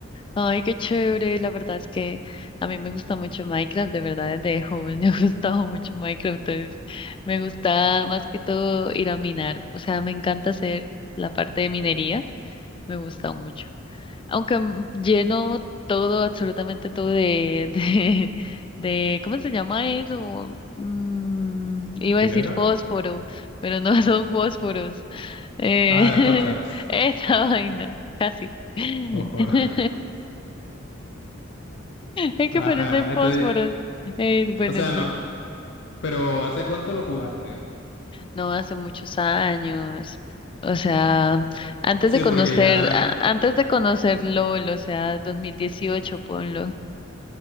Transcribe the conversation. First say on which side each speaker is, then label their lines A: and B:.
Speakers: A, on the left; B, on the left.
A: Ay, qué chévere. La verdad es que a mí me gusta mucho Minecraft, de verdad, desde <laughs> joven me ha gustado mucho Minecraft. Entonces, me gusta más que todo ir a minar. O sea, me encanta hacer la parte de minería, me gusta mucho. Aunque mm, lleno todo, absolutamente todo de, <laughs> de, de, ¿cómo se llama eso? Mm, iba
B: ¿Piedra?
A: a decir fósforo, pero no <laughs> son fósforos. Eh,
B: Ah, de antorchas,
A: <laughs> esa vaina, casi. <laughs>
B: fósforo.
A: Es que
B: <laughs> Ajá,
A: parecen fósforos.
B: entonces,
A: Eh, bueno,
B: o sea,
A: en
B: no,
A: fin,
B: pero ¿hace cuánto lo jugaste?
A: no hace muchos años. O sea, antes
B: Sí,
A: de conocer,
B: porque ya,
A: a- antes de conocer LOL, o sea, 2018, ponlo.